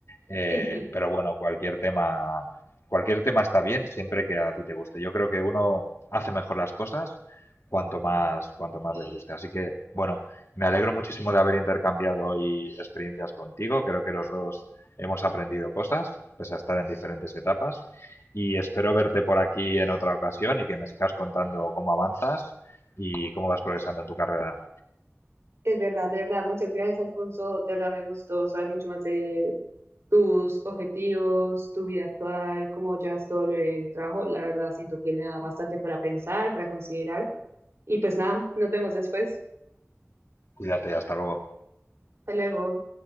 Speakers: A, on the left (about 65°); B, on the right (about 65°).
A: Eh,
B: Sí,
A: pero bueno, cualquier tema, cualquier tema está bien siempre que a ti te guste. Yo creo que uno hace mejor las cosas cuanto más, cuanto más les guste. Así que, bueno, me alegro muchísimo de haber intercambiado hoy experiencias contigo. Creo que los dos hemos aprendido cosas, pese a estar en diferentes etapas. Y espero verte por aquí en otra ocasión y que me sigas contando cómo avanzas y cómo vas progresando en tu carrera.
B: es verdad, de verdad. Muchas gracias, Alfonso. De verdad me gustó saber mucho más de tus objetivos, tu vida actual, cómo llevas todo el trabajo. La verdad siento que me da bastante para pensar, para considerar. Y pues nada, nos vemos después.
A: Cuídate, hasta luego.
B: Hasta luego.